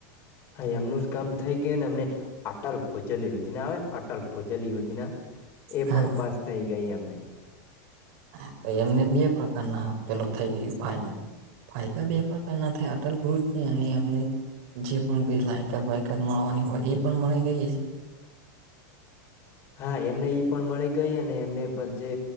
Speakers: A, on the left (about 25°); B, on the right (about 50°).
A: હા એમનું જ કામ થઈ ગયું ને અમને અટલ ભૂજલ યોજના આવે ને અટલ ભૂજલ યોજના એ
B: હા
A: પણ પાસ થઇ ગઈ એમને
B: હા એમને બે <unintelligible> પેલો થઈ ગય ફાયદા ફાયદા બે પ્રકાર ના થાય અટલ ગરુજ અને એમને જે પણ બે લાયકાત બાાયકાત મળવાની હોય એ પણ મળી ગઈ
A: હા એમને ઈ પણ મળી ગઈ અને એમને પ જે